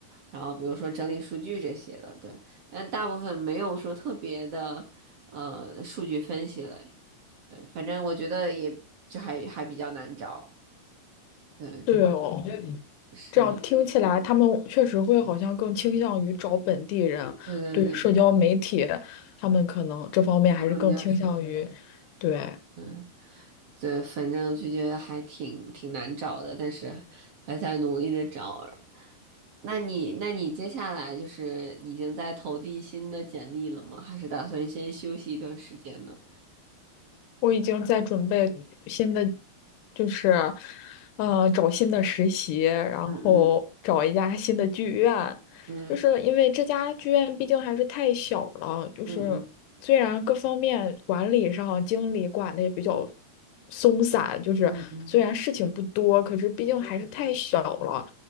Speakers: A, on the right; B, on the left.
A: 然后比如说整理数据这些的，对。但大部分没有说特别的呃数据分析类，对，反正我觉得也就还还比较难找，对，
B: 对哦，
A: 是的，
B: 这样听起来他们确实会好像更倾向于找本地人，
A: 对对对，
B: 对社交媒体，他们可能这方面还是更倾向于，
A: 就更加熟悉，
B: 对。
A: 嗯，对，反正就觉得还挺挺难找的，但是还在努力的找。那你那你接下来就是已经在投递新的简历了吗？还是打算先休息一段时间呢？
B: 我已经在准备新的，就是，呃，找新的实习，然后找一家新的剧院，
A: 嗯嗯嗯
B: 就是因为这家剧院毕竟还是太小了，就是虽然各方面管理上经理管的也比较
A: 嗯
B: 松散，就是虽然事情不多，
A: 嗯嗯嗯
B: 可是毕竟还是太小了。